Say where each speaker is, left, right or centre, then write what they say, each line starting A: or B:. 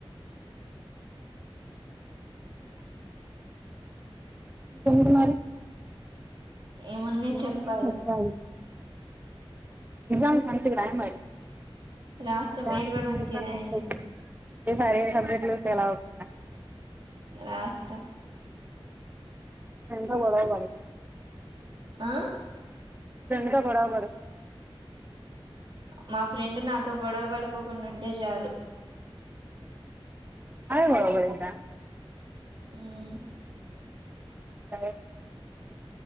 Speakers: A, on the right (about 20°); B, on the right (about 55°).
A: ఇంకేంటి మరి
B: ఏమన్నా
A: మొన్న
B: చెప్పాలి
A: చెప్పాడు ఎగ్జామ్స్ రాసిండ్రా మరి.
B: రాస్తా
A: <unintelligible>
B: మీరు కూడా మంచిగా రాయండి
A: ఏ సారు ఏ సబ్జెక్ట్లు తెలవకుండా
B: రాస్త
A: ఎంతో గొడవ పడి
B: ఆ
A: ఎంతో గొడవ పడి
B: మా ఫ్రెండ్ నాతో గొడవ పడుకోకుండా ఉంటే చాలు
A: అదే గదా ఇంక
B: ఉమ్
A: సరే